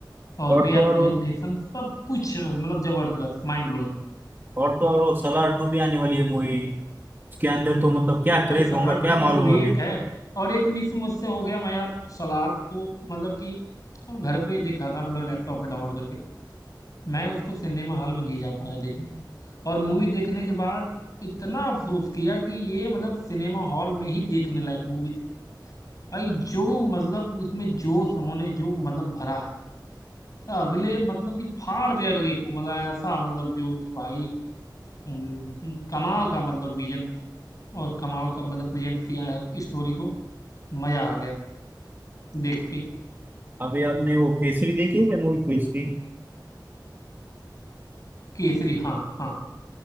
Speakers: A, on the left; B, on the right.
A: और
B: और
A: वे आर
B: तो और
A: प्रेजेंटेशन
B: वो-
A: सब कुछ मतलब जबरदस्त माइंड ब्लोइंग
B: और तो और वो सलार टू भी आने वाली है मूवी उसके अंदर तो मतलब क्या क्रेज
A: भाई सलार
B: होगा
A: टू
B: क्या
A: का
B: मालूम
A: तो वेट
B: अभी
A: है और एक मिस मुझसे हो गया मैं यार सलार को मतलब कि घर पे देखा था मतलब लैपटॉप में डाउनलोड करके मैं उसको सिनेमा हॉल में नहीं जा पाया देखने और मूवी देखने के बाद इतना अफसोस किया कि ये मतलब सिनेमा हॉल में ही देखने लायक मूवी थी भाई जो मतलब उसमें जोश उन्होंने जो मतलब भरा है तो अगले मतलब कि फाड़ दे अगले को मतलब ऐसा मतलब जोश भाई हम्म, कमाल का मतलब विजन और कमाल का मतलब प्रेजेंट किया है स्टोरी को मजा आ गया देख के
B: अभी आपने वो केसरी देखी है मूवी केसरी
A: केसरी हाँ हाँ